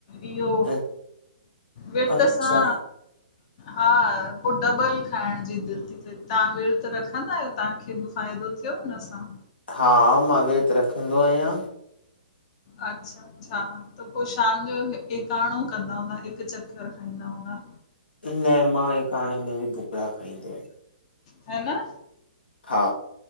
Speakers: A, on the left (about 40°); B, on the left (about 85°).
A: इहो
B: अ-
A: विर्त
B: अच्छा
A: सां हा पो डबल खाइण जी दिलि थी थे, तव्हां विर्त रखंदा आहियो तव्हांखे बि फ़ायदो थियो हुन सां
B: हा, मां विर्त रखंदो आहियां
A: अच्छा अच्छा, त पो शाम जो एकाणो कंदा हूंदा, हिकु चकर खाईंदा हूंदा
B: न मां एकाणे में बि भुॻड़ा खाईंदो आहियां
A: है ना
B: हा